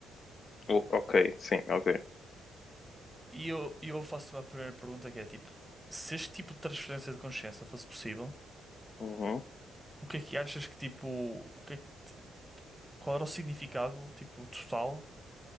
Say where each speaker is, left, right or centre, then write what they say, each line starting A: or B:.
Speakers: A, on the left; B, in the centre.
A: O- ok, sim, ok.
B: E eu, e eu faço a primeira pergunta que é, tipo, se este tipo de transferência de consciência fosse possível,
A: Uhum.
B: o que é que achas que, tipo, o que é que, ti- qual era o significado, tipo, total